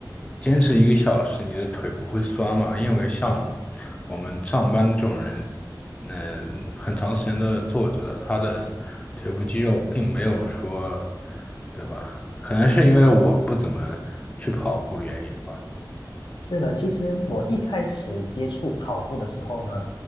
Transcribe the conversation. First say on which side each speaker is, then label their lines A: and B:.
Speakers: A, on the left (about 15°); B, on the left (about 85°).
A: 坚持一个小时，你的腿不会酸嘛？因为像我们上班这种人，呃，很长时间都是坐着的，他的腿部肌肉并没有说，对吧？可能是因为我不怎么去跑步的原因吧。
B: 是的，其实我一开始接触跑步的时候呢，